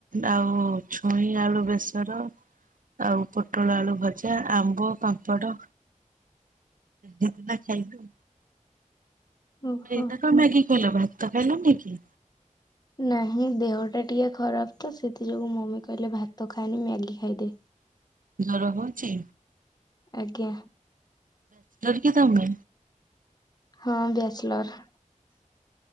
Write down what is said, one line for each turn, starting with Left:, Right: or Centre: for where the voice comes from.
Right: ଆଉ ଛୁଇଁ ଆଳୁ ବେସର ଆଉ ପୋଟଳ ଆଳୁ ଭଜା ଆମ୍ବ, ପାମ୍ପଡ଼, ଏମିତି ନା ଖାଇଲୁ।
Left: ଓହୋ।
Right: ତମେ ଏଇନା କଣ୍ ମ୍ୟାଗି ଖାଇଲ ଭାତ ଖାଇଲନି କି?
Left: ନାହିଁ ଦେହ ଟା ଟିକେ ଖରାପ ତ ସେଥିଯୋଗୁ ମମି କହିଲେ ଭାତ ଖାନି ମ୍ୟାଗି ଖାଇଦେ।
Right: ଜର ହଉଛି?
Left: ଆଜ୍ଞା।
Right: କିଦାମ ମ
Left: ହଁ ବ୍ୟାଚଲର୍।